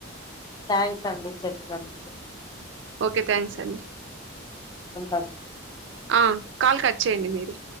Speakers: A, on the left; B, on the right.
A: థ్యాంక్స్ అండి చెప్పినందుకు.
B: ఓకె థ్యాంక్స్ అండి.
A: ఉంటాము.
B: ఆ కాల్ కట్ చేయండి మీరే.